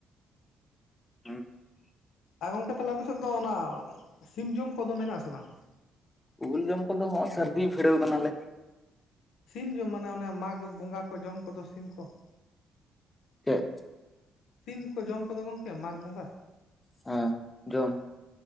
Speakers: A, on the left (about 15°); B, on the left (about 80°).
A: <inaudible>
B: ᱮᱸ ᱜᱚᱝᱠᱮ ᱛᱟᱞᱮ ᱟᱯᱮᱥᱮᱫ ᱫᱚ ᱚᱱᱟ ᱥᱤᱢ ᱡᱚᱢ ᱠᱚᱫᱚ ᱢᱮᱱᱟᱜ ᱟᱥᱮ ᱵᱟᱝ ᱾
A: ᱩᱞ ᱡᱚᱢ ᱠᱚᱫᱚ ᱦᱚᱸ ᱥᱟᱹᱨᱫᱤ ᱯᱷᱤᱲᱟᱹᱣ ᱠᱟᱱᱟᱞᱮ ᱾
B: ᱥᱤᱢ ᱡᱚᱢ ᱢᱟᱱᱮ ᱚᱱᱮ ᱢᱟᱜᱽ ᱵᱚᱸᱜᱟ ᱠᱚ ᱡᱚᱢ ᱠᱚᱫᱚ ᱥᱤᱢ ᱠᱚ ᱾
A: ᱪᱮᱜ
B: ᱥᱤᱢ ᱠᱚ ᱡᱚᱢ ᱠᱚᱫᱚ ᱜᱚᱢᱠᱮ ᱢᱟᱜᱽ ᱵᱚᱸᱜᱟ ᱾
A: ᱦᱟᱸ ᱡᱚᱢ ᱾